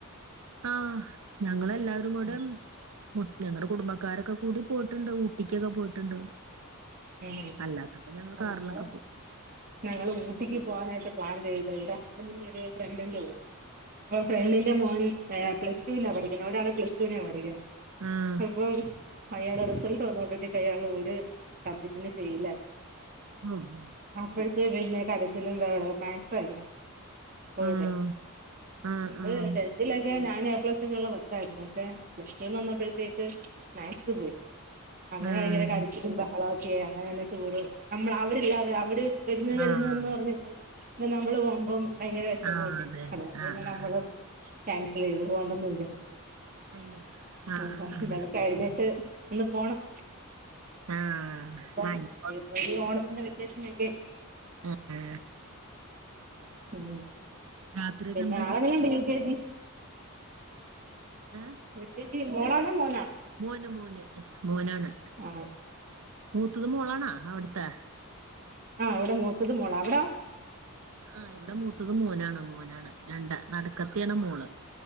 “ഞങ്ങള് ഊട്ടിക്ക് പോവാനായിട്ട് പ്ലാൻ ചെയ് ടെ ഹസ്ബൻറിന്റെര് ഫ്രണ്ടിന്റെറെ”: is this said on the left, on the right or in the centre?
Right